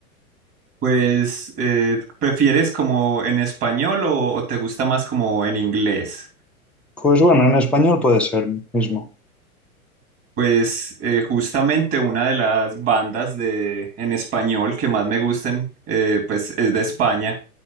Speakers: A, on the right; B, in the centre.
A: Pues, eh, ¿prefieres como en español o, o te gusta más como en inglés?
B: Pues bueno, en español puede ser mismo.
A: Pues eh, justamente una de las bandas de en español que más me gustan, eh, pues es de España.